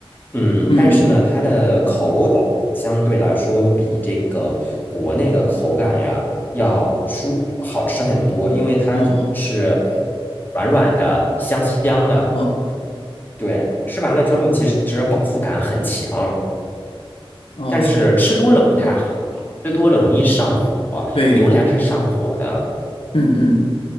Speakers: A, on the left; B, on the left.
A: 嗯，
B: 嗯
A: 但是呢，它的口感相对来说比这个国内的口感呀要舒好吃很多，因为它就是
B: 嗯哦
A: 软软的、香香的，
B: 哦
A: 对，吃完了之后其实饱腹感很强。
B: 哦，
A: 但是吃多了不太好，
B: 是
A: 吃多了容易上火。
B: 对的，
A: 榴莲是上火的，
B: 嗯嗯。